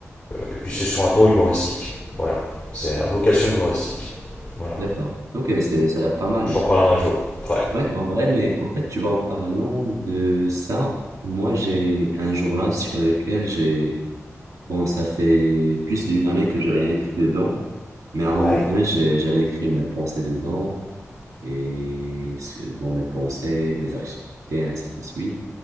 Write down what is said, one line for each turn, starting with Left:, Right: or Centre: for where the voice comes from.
Left: et puis c'est sur un ton humoristique. Voilà, c'est à vocation humoristique. Voilà,
Right: D'accord. Ok, c'est, ça a l'air pas mal.
Left: je t'en parlerai un jour. Ouais.
Right: Ouais, en vrai, mais en fait, tu vois, en parlant de ça, moi, j'ai un journal sur lequel j'ai, bon, ça fait plus d'une année que j'ai rien écrit dedans, mais à un moment
Left: Ouais.
Right: donné, j'ai- j'allais écrire mes pensées dedans et, ce- bon, mes pensées, mes activités, ainsi de suite.